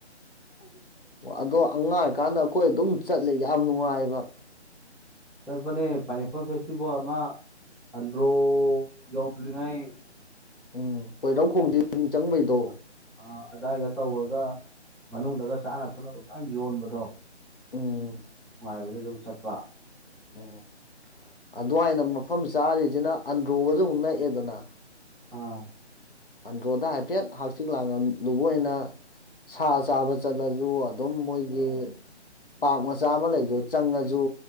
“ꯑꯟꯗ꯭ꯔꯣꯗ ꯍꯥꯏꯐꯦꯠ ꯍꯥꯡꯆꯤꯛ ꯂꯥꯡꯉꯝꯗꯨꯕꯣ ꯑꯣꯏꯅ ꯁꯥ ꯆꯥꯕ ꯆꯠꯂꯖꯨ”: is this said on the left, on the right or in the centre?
Left